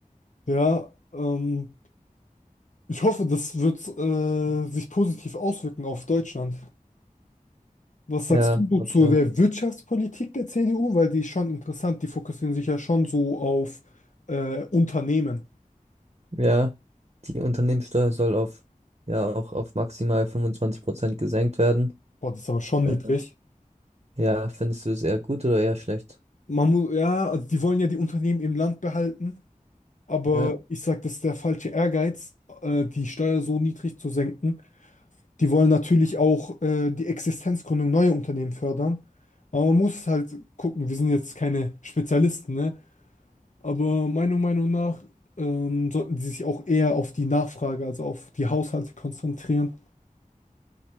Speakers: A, on the left (about 60°); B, on the right (about 45°).
A: Ja, ähm, ich hoffe, das wird äh, sich positiv auswirken auf Deutschland. Was sagst
B: Ja,
A: du so
B: hab
A: zu
B: ich auch.
A: der Wirtschaftspolitik der CDU? Weil die ist schon interessant, die fokussieren sich ja schon so auf äh, Unternehmen.
B: Ja. Die Unternehmenssteuer soll auf, ja, auch auf maximal 25% gesenkt werden.
A: Boah, das ist aber schon
B: Äh,
A: niedrig.
B: Ja, findest du es eher gut oder eher schlecht?
A: Man muss, ja, also die wollen ja die Unternehmen im Land behalten, aber
B: Ja,
A: ich sage, das ist der falsche Ehrgeiz, äh, die Steuer so niedrig zu senken. Die wollen natürlich auch äh, die Existenzgründung neuer Unternehmen fördern. Aber man muss halt gucken, wir sind jetzt keine Spezialisten, ne? Aber meiner Meinung nach ähm, sollten sie sich auch eher auf die Nachfrage, also auf die Haushalte konzentrieren.